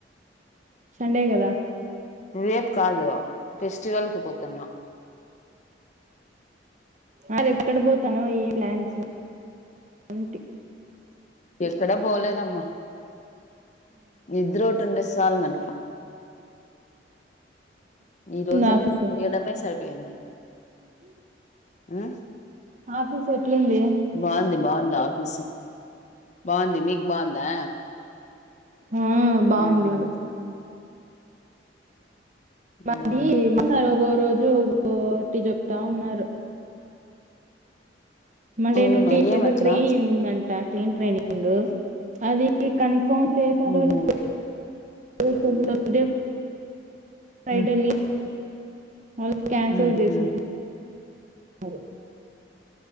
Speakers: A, on the right; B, on the left.
A: సండే కదా
B: రేప్ కాదు ఫెస్టివల్కి పోతన్నా
A: అ రేపుక్కడ పోతానో ఏ ప్లాన్స్ ఏంటి
B: ఎక్కడ పోలేదమ్మా నిద్రోటి ఉంటే సల్ మనకు ఈ రోజు
A: ఉంది
B: అంతా
A: ఆఫీసు
B: తీయడమే సరిపోయింది ఉ
A: ఆఫీస్ ఎట్లుంది
B: బాగుంది బాగుంది లాఫిసా బాగుంది మీకు బాగుందా
A: ఆ బాగుంది
B: మ్మ్
A: మది మది
B: మ్మ్
A: <unintelligible> రోజు ఒటి చెప్తా ఉన్నారు మండే
B: అవునా
A: నుండి
B: ఏమట్లా
A: ఏదో ట్రీ ఉందంట క్లీన్ ట్రైనింగ్ అది కన్ఫా ఫోన్ చేశారో
B: ఊహూ
A: లేదో <unintelligible> <unintelligible>
B: మ్మ్
A: వాళ క్యాన్సిల్
B: ఊహూ
A: చేసి <unintelligible>